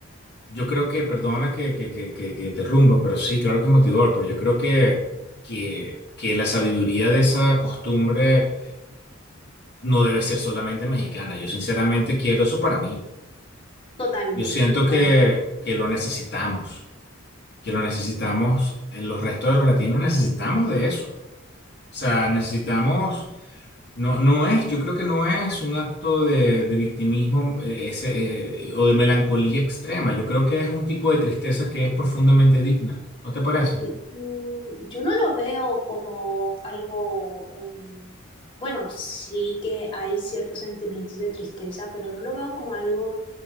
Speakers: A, on the left (about 55°); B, on the left (about 25°).
A: yo creo que, perdona que, que, que, que, que interrumpa, pero sí, claro que es motivador, pero yo creo que, que, que la sabiduría de esa costumbre no debe ser solamente mexicana. Yo sinceramente quiero eso para mí.
B: totalmente,
A: Yo siento
B: totalmente.
A: que, que lo necesitamos, que lo necesitamos, eh, los restos de los latinos necesitamos de eso. O sea, necesitamos, no, no es, yo creo que no es un acto de, de victimismo eh, ese, eh, o de melancolía extrema. Yo creo que es un tipo de tristeza que es profundamente digna. ¿No te parece?
B: Mm, mm, Yo no lo veo como algo, em, bueno, sí que hay ciertos sentimientos de tristeza, pero no lo veo como algo